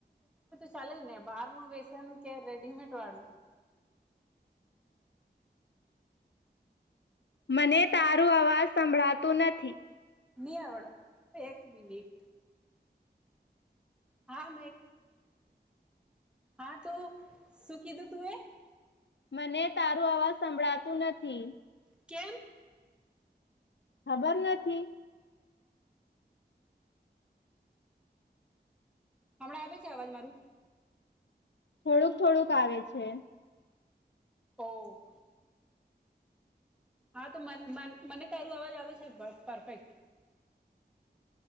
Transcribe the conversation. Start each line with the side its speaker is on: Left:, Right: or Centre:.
Centre: ચાલેને. બહારનું બેસન કે રેડીમેટ વાળું
Left: મને તારું અવાજ સંભળાતું નથી.
Centre: ની આવડે, એક મિનિટ હા. મે હા તું શું કીધું તું એ?
Left: મને તારું અવાજ સંભળાતું નથી.
Centre: કેમ?
Left: ખબર નથી.
Centre: હમણાં આવે છે અવાજ મારું?
Left: થોડુંક-થોડુંક આવે છે.
Centre: ઓહ! હા તો મન મન મને તારું અવાજ આવે છે બ પરફેક્ટ.